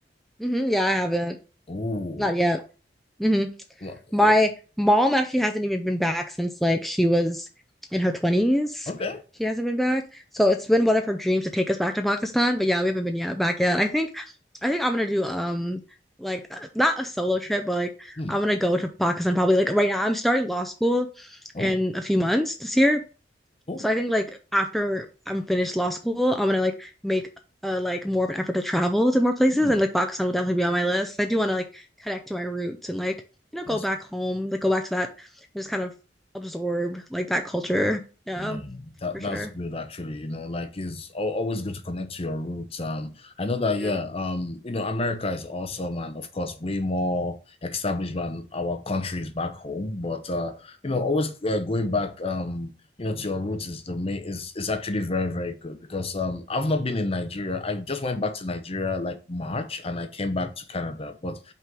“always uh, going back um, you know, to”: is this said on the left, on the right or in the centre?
Left